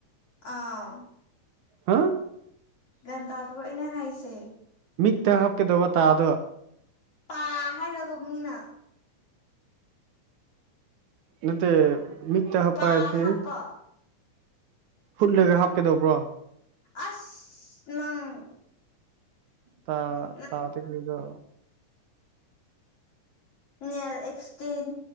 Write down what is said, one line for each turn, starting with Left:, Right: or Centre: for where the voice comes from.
Left: ꯑꯥ
Right: ꯍꯥ
Left: ꯒꯟꯇꯥꯗꯨꯕ ꯑꯩꯅ ꯍꯥꯏꯁꯦ
Right: ꯃꯤꯠꯇ ꯍꯥꯞꯀꯗꯧꯕ ꯇꯥꯗꯣ
Left: ꯄꯥ ꯍꯥꯏꯔꯒ ꯃꯤꯅ
Right: ꯅꯠꯇ ꯃꯤ ꯍꯥꯞꯄ
Left: ꯄꯥ
Right: ꯍꯥꯏꯕꯁꯤ
Left: ꯍꯥꯞꯄ
Right: ꯍꯨꯠꯂꯒ ꯍꯥꯞꯀꯗꯧꯕ꯭ꯔꯣ
Left: ꯑꯁ ꯂꯪ
Right: ꯇꯥ
Left: ꯎꯝ
Right: ꯇꯥꯗꯕꯤꯗꯣ
Left: ꯅꯦꯜ ꯑꯦꯁꯇꯦꯟ